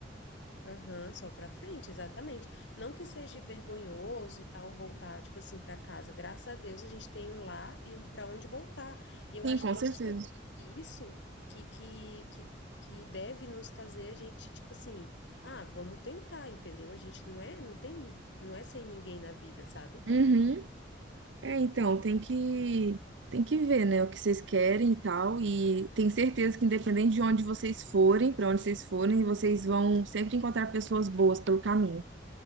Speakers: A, on the left; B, on the right.
A: Aham, só para frente, exatamente. Não que seja vergonhoso e tal voltar, tipo assim, para casa. Graças a Deus a gente tem um lar e um para onde voltar. E eu
B: Sim,
A: acho
B: com
A: que
B: certeza.
A: justamente isso que, que, que, que deve nos fazer a gente, tipo assim, ah, vamos tentar, entendeu? A gente não é, não tem, não é sem ninguém na vida, sabe?
B: Uhum. É, então, tem que tem que ver, né, o que vocês querem e tal, e tenho certeza que independente de onde vocês forem, pra onde vocês forem, vocês vão sempre encontrar pessoas boas pelo caminho.